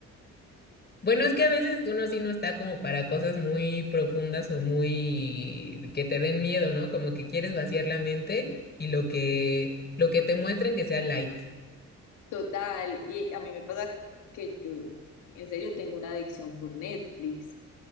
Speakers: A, on the left; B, on the left.
A: Bueno, es que a veces uno así no está como para cosas muy profundas o muy que te den miedo, ¿no? Como que quieres vaciar la mente y lo que, lo que te muestren que sea light.
B: Total, y a mí me pasa que yo en serio tengo una adicción por Netflix.